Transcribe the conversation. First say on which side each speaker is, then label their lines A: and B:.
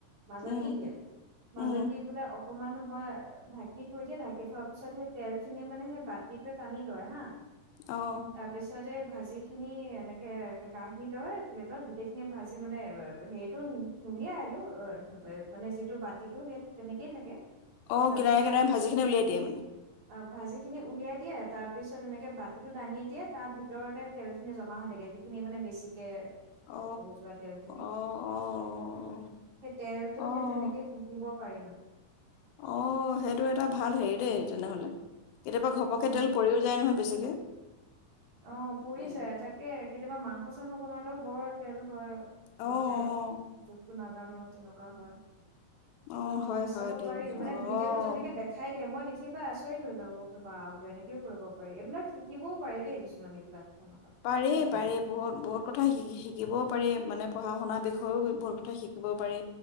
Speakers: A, on the right (about 60°); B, on the left (about 85°).
A: মাজত
B: উম,
A: দি দিয়ে, মাজত
B: উম,
A: দি পেলাই অফ অকমান সময় ঢাকি থৈ দিয়ে ঢাকি থোৱাৰ পিছত সেই তেল খিনি মানে সেই বাতিটোৱে টানি লয় হা।
B: অ',
A: তাৰপিছতে ভাজিখিনি এনেকৈ কাঁঢ়ি লয় প্লেটত গোটেইখিনি ভাজি মানে হেৰিটো নুলিয়াই আৰু মানে যিটো বাতিটো সেই তেনেকেই থাকে।
B: অ'
A: তাৰপিছতে
B: কিনাৰে কিনাৰে ভাজি খিনি উলিয়াই দিয়ে মানে।
A: অ ভাজি খিনি উলিয়াই দিয়ে তাৰ পিছত এনেকে বাতিটো দাঙি দিয়ে তাৰ ভিতৰতে তেলখিনি জমা হৈ থাকে যিখিনি মানে বেছিকে
B: অ',
A: ৰৈ যোৱা তেল খিনি।
B: অ', অ',
A: তেলটো
B: অ',
A: সেই তেনেকে শুহি ক পাৰি মান
B: অ সেইটো এটা ভাল হেৰি দেই তেনেহলে কেতিয়াবা ঘপকে
A: উম
B: তেল পৰিও যায় নহয় বেছিকে
A: অ পৰি
B: এ,
A: যায় তাকে কেতিয়াবা মাংস চাংস বনালেও বৰ তেল হয় আৰু
B: অ', অ',
A: ভুলতে জোখটো না নাজানো তেনেকুৱা হয় এইটো
B: অ', হয়
A: কৰি চাব
B: হয় দেই,
A: পাৰি মানে
B: অ'।
A: ভিডিঅ'টো তেনেকে দেখাই দিয়ে মই বি পাই আচৰিত হৈ যাব বা বোল এনেকেও কৰিব পাৰি এইবিলাক শিকিবও পাৰি দেই কিছুমান এইবিলাক
B: পাৰে
A: টেকনিক
B: পাৰে বহুত বহুত কথা শি শিকিবও পাৰে মানে পঢ়া শুনাাৰ বিষয়েও বহুত কথা শিকিব পাৰি